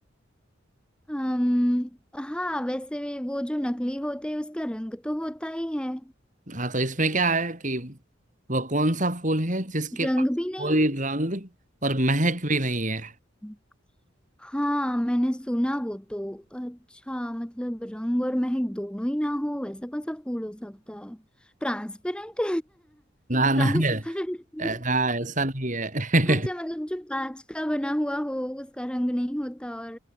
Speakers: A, in the centre; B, on the right.
A: अम्म हाँ वैसे भी वो जो नकली होते हैं उसका रंग तो होता ही है
B: हाँ तो इसमें क्या है कि वो कौन सा फूल है जिसके
A: रंग
B: पास
A: भी नहीं
B: कोई रंग और महक भी नहीं है
A: है हाँ मैंने सुना वो तो अच्छा मतलब रंग और महक दोनों ही ना हो वैसा कौन सा फूल हो सकता है ट्रांसपेरेंट
B: ना ना
A: ट्रांसपेरेंट <laughs>
B: ना ऐसा नहीं है
A: अच्छा मतलब जो कांच का बना हुआ हो उसका रंग नहीं होता और